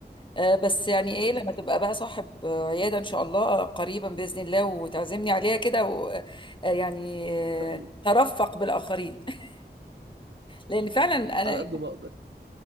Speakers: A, on the left; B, on the right.
A: آه بس يعني ايه
B: بس
A: لما تبقى بقى صاحب آه، عيادة ان شاء الله آه، قريبا بإذن الله وتعزمني عليها كده و... آه، يعني
B: ان شاء الله
A: آه، ترفق بالآخرين <laughs> لأن فعلا أنا
B: على قد ما اقدر